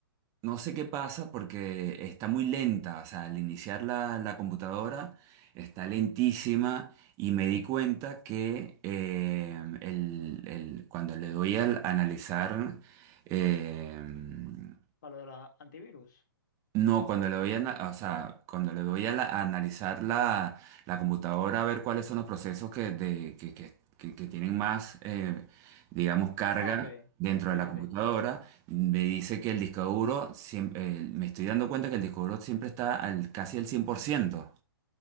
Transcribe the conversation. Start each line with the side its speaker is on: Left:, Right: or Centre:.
Right: no sé qué pasa porque está muy lenta, o sea, al iniciar la, la computadora está lentísima y me di cuenta que em, el- el- cuando le doy al analizar, em,
Left: para lo de la antivirus.
Right: no, cuando le voy a, ana- o sea, cuando le voy a, la- a analizar la, la computadora, a ver cuáles son los procesos que, de- que, que- que- que tienen más, eh, digamos, carga
Left: Ah, ok,
Right: dentro
Left: sí,
Right: de la
Left: sí,
Right: computadora,
Left: sí.
Right: me dice que el disco duro, siem- eh, me estoy dando cuenta que el disco duro siempre está al, casi al 100%.